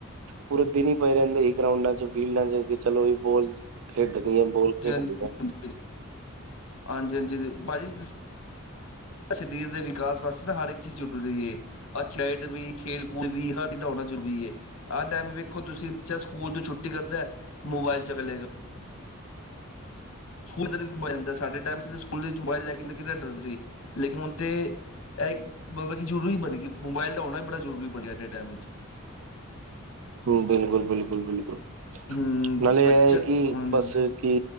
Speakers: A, on the right; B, on the left.
A: ਪੂਰੇ ਦਿਨ ਹੀ ਪਏ ਰਹਿੰਦੇ ਸੀ। ਗਰਾਉਂਡਾਂ ਚ ਫੀਲਡਾਂ ਚ ਚਲੋ ਵੀ, ਬੋਲ ਖੇਡਣੀ ਹੈ ਬੋਲ
B: ਜੀ
A: ਖੇਡਣੀ
B: ਹਾਂਜੀ ਹਜੀ
A: <unintelligible>
B: <inaudible> ਹਾਂਜੀ--ਹਾਂਜੀ ਭਾਅ ਜੀੀ ਸਰੀਰ ਦੇ, ਵਿਕਾਸ ਵਾਸਤੇ ਤਾਂ, ਹਰ ਇੱਕ ਚੀਜ਼ ਜਰੂਰੀ ਏ ਅੱਛਾ ਏਡ ਵੀ, ਖੇਲ ਕੂਦ ਵੀ ਹਰ ਚੀਜ਼ ਦਾ ਹੋਣਾ, ਜ਼ਰੂਰੀ ਏ ਆਹ ਟਾਈਮ ਵੇਖੋ, ਤੁਸੀਂ ਬੱਚਾ ਸਕੂਲ ਤੋਂ ਛੁੱਟੀ ਕਰਦਾ, ਮੋਬਾਇਲ ਚ ਚਲੇਗਾ। ਸਕੂਲ ਵਿੱਚ ਮੋਬਾਇਲ ਲੈ ਜਾਂਦਾ, ਸਾਡੇ ਟਾਈਮ ਸਕੂਲ ਵਿੱਚ, ਮੋਬਾਈਲ ਲੈ ਕੇ ਕਿੰਨਾ ਡਰ ਸੀ। ਲੇਕਿਨ ਹੁਣ ਤੇ ਮਤਲਬ ਕਿ ਜ਼ਰੂਰੀ ਬਣ ਗਏ, ਮੋਬਾਇਲ ਦਾ ਹੋਣਾ ਵੀ ਬੜਾ ਜ਼ਰੂਰੀ, ਬਣ ਗਿਆ ਅੱਜ ਦੇ ਟਾਈਮ ਵਿੱਚ
A: ਹਮ ਬਿਲਕੁਲ ਬਿਲਕੁਲ ਬਿਲਕੁਲ
B: ਹੂੰ
A: ਨਾਲੇ
B: ਬੱਚਾ
A: ਇਹ ਹੈ ਕਿ
B: ਹਾਂਜੀ
A: ਬਸ <inaudible> ਕਿ